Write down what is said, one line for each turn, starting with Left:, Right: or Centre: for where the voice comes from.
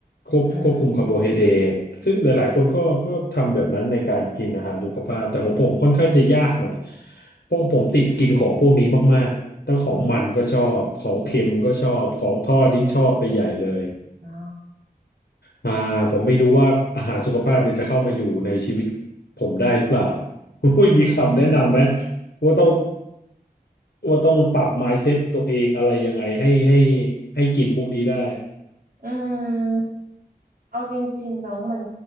Left: ควบควบคุมคาร์โบไฮเดรตซึ่งหลายๆคนก็ก็ทำแบบนั้นในการกินอาหารสุขภาพแต่ของผมค่อนข้างจะยากหน่อย
Right: อืม
Left: เพราะผมติดกินของพวกนี้มากๆทั้งของมันก็ชอบของเค็มก็ชอบของทอดยิ่งชอบไปใหญ่เลย
Right: อ๋อ
Left: อ่าผมไม่รู้ว่าอาหารสุขภาพเนี่ยจะเข้ามาอยู่ในชีวิตผมได้หรือเปล่าคุณอุ้ยมีคำแนะนำไหม
Right: อืม
Left: ว่าต้องว่าต้องปรับ mindset ตัวเองอะไรยังไงให้ให้ให้กินพวกนี้ได้
Right: อืมเอาจริงๆแล้วมัน